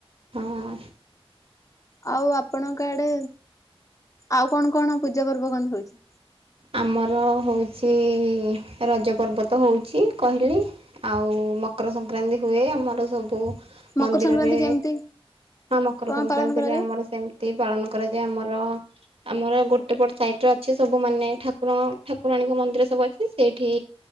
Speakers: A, on the right; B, on the left.
A: ହଁ।
B: ଆଉ ଆପଣଙ୍କ ଆଡ଼େ ଆଉ କଣ କଣ ପୂଜା ପର୍ବ କଣ ହଉଚି?
A: ଆମର ହଉଚି ରଜ ପର୍ବ ହଉଚି କହିଲି ଆଉ ମକର ସଂକ୍ରାନ୍ତି ହୁଏ ଆମର ସବୁ
B: ମକର
A: ମନ୍ଦିରରେ
B: ସଂକ୍ରାନ୍ତି କେମିତି
A: ହଁ ମକର
B: କଣ
A: ସଂକ୍ରାନ୍ତିରେ
B: ପାଳନ କରାଯାଏ?
A: ଆମର ସେମି ମିତି ପାଳନ କରାଯାଏ ଆମର ଆମର ଗୋଟେ ପଟ ସାଇଟରେ ଅଛି ସବୁ ମାନେ ଠାକୁର ଠାକୁରାଣୀଙ୍କ ମନ୍ଦିର ସବୁ ଅଛି ସେଇଠି